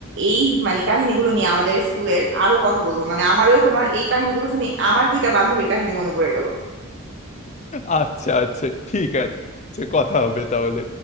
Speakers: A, on the right; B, on the left.
A: এই মানে কাহিনীগুলো নিয়ে আমাদের স্কুলের আরো কথা বলবো মানে আমারও তোমার এই কাহিনীগুলো শুনে আমার দুইটা বান্ধবীর কাহিনী মনে পড়ে গেল
B: আচ্ছা আচ্ছা ঠিক আছে কথা হবে তাহলে